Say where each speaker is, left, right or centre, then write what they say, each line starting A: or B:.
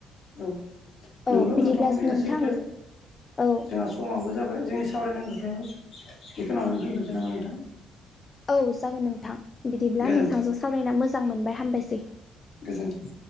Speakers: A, on the left; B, on the left.
A: औ
B: औ
A: नंगौ
B: बिदिब्ला
A: नोंथां बुंनाया
B: नोंथां
A: सैथो।
B: औ
A: जोंहा समाबो जाबाय जोंनि सावरायनांगौखौ बेखौ उनावनो दोनदोसै नामा नोंथां?
B: औ जागोन नोंथां बिदिब्ला
A: गोजोन्थों
B: नोंथांजों सावरायना मोजां मोनबाय हामबायसै।
A: गोजोनथों।